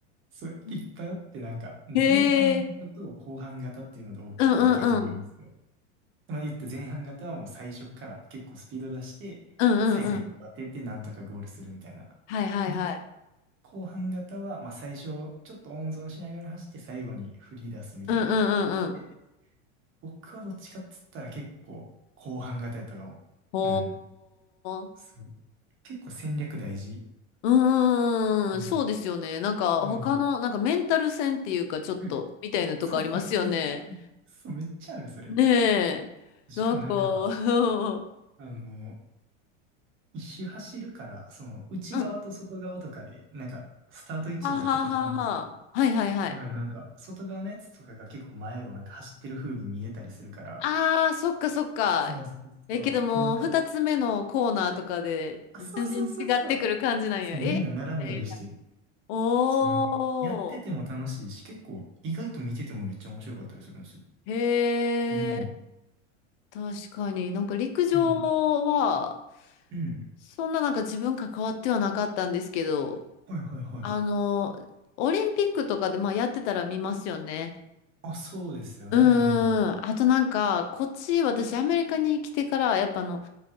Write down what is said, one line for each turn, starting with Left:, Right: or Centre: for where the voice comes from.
Right: そう、
Left: うん
Right: いっぱいあって、なんか、
Left: へえ。
Right: 前半型と後半型っていうので大きく分けられるんですよ。
Left: うんうんうん。
Right: まあ言って前半型はもう最初から結構スピード出して、
Left: うんうんうん。
Right: 最後結構当ててなんとかゴールするみたいな。
Left: はいはいはい。
Right: で後半型は、まあ、最初、ちょっと温存しながら走って最後に振り出すみたいな。
Left: うんうんうんうん。
Right: で、僕はどっちかっつったら結構後半型やったかも。
Left: ほ
Right: うん。
Left: ー。
Right: すごい結構戦略大事。
Left: う
Right: うん。
Left: ーん、そうですよね。なんか他の、
Right: うん。
Left: なんかメンタル戦っていうかちょっとみたいなとこありますよね。
Right: うんそうそうそうそう。そう、めっちゃある、それ。
Left: ねえ。
Right: しかもなんか、
Left: なんか、<laughs> うん。
Right: あの、一周走るから、その内側と外側とかで、
Left: は
Right: なんか、スタート位置とかがちょっと違うんですけど。
Left: ははは。はいはいはい。
Right: だからなんか、外側のやつとかが結構前をなんか走ってる風に見えたりするから、
Left: ああ、そっかそっか。
Right: そうそうそう。
Left: えけどもう、
Right: で、なんか、
Left: 二つ目のコーナーとかで全然違ってくる感じなんや。
Right: あ、そうそうそうそう。そう、
Left: えみたいな
Right: みんな並んだりして、
Left: お
Right: そう、なんか、やってても楽しいし、
Left: ー。
Right: 結構、意外と見ててもめっちゃ面白かったりするんですよ。
Left: へえ。
Right: うん。
Left: 確かに。なんか陸上は、
Right: うん。うん。
Left: そんななんか自分関わってはなかったんですけど、
Right: はいはいはい。
Left: あの、オリンピックとかでまあやってたら見ますよね。
Right: あ、そうですよね。
Left: うー
Right: うん。
Left: ん。あとなんか、こっち、私アメリカに来てから、やっぱあの、